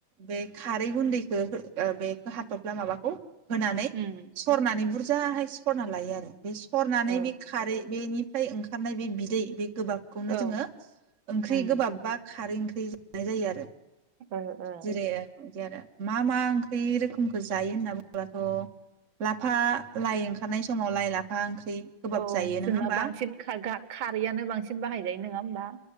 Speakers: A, on the right; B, on the right.
A: बे खारै गुन्दैखौ बेखौ हाथब्ला माबाखौ होनानै
B: उम
A: सरनानै बुरज जाहाय सरना लायो आरो बे सरनानै
B: औ
A: बे खारै बेनि फ्राय ओंखारनाय बे बिदै बे गोबाबखौनो
B: औ
A: जोङो ओंख्रि
B: उम
A: गोबाब बा खारै ओंख्रि फ्रि जानाय जायो आरो
B: ओ ओ
A: जेरै बिदि आरो मा मा ओंख्रि रोखोमखौ जायो होनना बुङोबथ' लाफा लाइ ओंखारनाय समाव लाइ लाफा ओंख्रि गोबाब
B: औ
A: जायो नङा
B: जोंना
A: होमबा
B: बांसिन खा गा खारैआनो बांसिन बाहायजायो नोङा होमबा